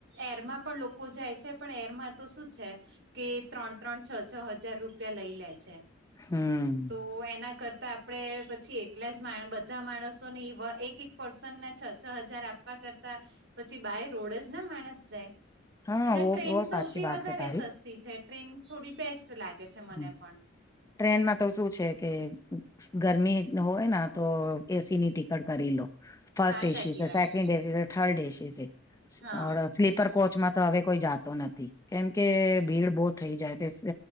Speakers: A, on the right; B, on the left.
A: એરમાં પણ લોકો જાય છે પણ એરમાં તો શું છે કે ત્રણ ત્રણ છ છ હજાર રૂપિયા લઈ લે છે.
B: હમ
A: તો એના કરતા આપણે પછી એટલા જ બધા માણસોને એક એક પર્સનને છ છ હજાર આપવા કરતા પછી બાય રોડ જ ના માણસ જાય.
B: હા
A: અને
B: વો
A: ટ્રેન
B: વો સાચી
A: સૌથી
B: વાત છે તારી.
A: <unintelligible> છે ટ્રેન થોડી બેસ્ટ લાગે છે મને
B: હમ
A: પણ
B: ટ્રેનમાં તો શું છે કે ગરમી હોય ના તો એસી ની ટીકટ કરી લો ફર્સ્ટ
A: હા
B: એસી,
A: સાચી વાત
B: સેકન્ડ
A: છે
B: એસી થર્ડ એસી સે
A: હા
B: સ્લીપર કોચમાં તો હવે કોઈ જાતો નથી કેમકે ભીડ બહુ થઈ જાય તે